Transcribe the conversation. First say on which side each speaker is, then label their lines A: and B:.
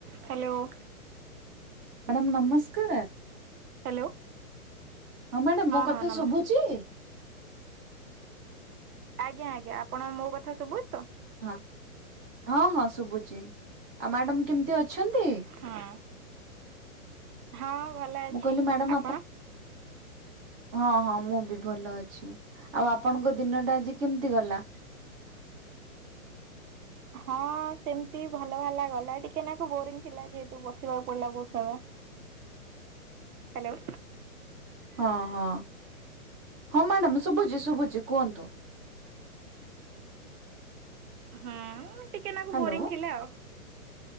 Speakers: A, on the right (about 80°); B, on the right (about 20°).
A: Hello
B: madam, ନମସ୍କାରା।
A: Hello
B: ହଁ madam ମୋ କଥା
A: ହଁ ନମସ୍କାର।
B: ଶୁଭୁଚି?
A: ଆଜ୍ଞା ଆଜ୍ଞା, ଆପଣ ମୋ କଥା ଶୁଭୁଚି ତ?
B: ହଁ ହଁ ହଁ ଶୁଭୁଚି। ଆଉ ମ୍ୟାଡ଼ାମ୍, କେମତି ଅଛନ୍ତି?
A: ହଁ। ହଁ ଭଲ ଅଛି।
B: ମୁଁ କହିଲି ମ୍ୟାଡ଼ାମ
A: ଆପଣ?
B: ହଁ ହଁ ମୁଁ ବି ଭଲ ଅଛି। ଆଉ ଆପଣଙ୍କ ଦିନ ଟା ଆଜି କେମତି ଗଲା?
A: ହଁ ସେମତି ଭଲ ଭଲ ଗଲା। ଟିକେ ନାକୁ ବୋରିଂ ଥିଲା, ଯେହେତୁ ବସିବାକୁ ପଡ଼ିଲା ବହୁତ ସମୟ।
B: <inaudible>
A: ହ୍ୟାଲୋ
B: ହଁ ହଁ ହଁ ମ୍ୟାଡ଼ାମ୍ ଶୁଭୁଚି ଶୁଭୁଚି। କୁହନ୍ତୁ।
A: ହଁ ଟିକେ ନାକୁ
B: ହ୍ୟାଲୋ।
A: ବୋରିଂ ଥିଲା ଆଉ।